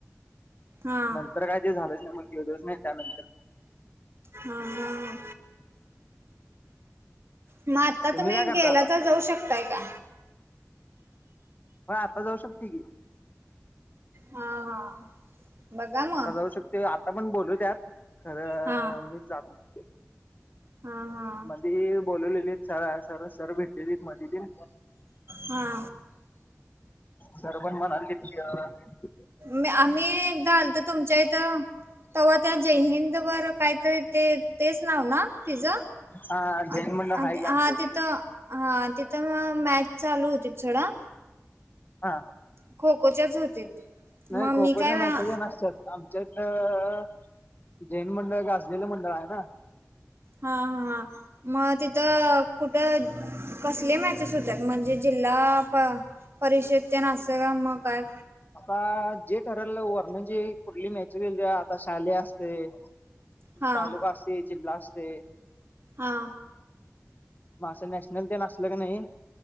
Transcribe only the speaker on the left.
नंतर काय ते झालंच नाही. मग गेलोच नाही त्यानंतर.
काय करता
आता
होय, आता जाऊ शकतोय की.
आता
जाऊ शकतोय, आता पण बोलवत्यात. खरं
मी जात नाही.
मधी बोलवलेलीत. सर, सर भेटलेलीत मधी बी.
सर पण म्हणाले की ये.
हा जैन
मंडळ आहे की आमच्या
इथे
हा.
नाही
खो
खो
च्या मॅचेचण
असत्यात. आमच्या इथ, जैन मंडळ गाजलेलं मंडळ आहे ना.
आता जे ठरलं. वरण जे कुठली मॅच राहील. आता शालेय असते.
तालुका असते. जिल्हा असते.
मग असं नॅशनल डेन असलं का नाही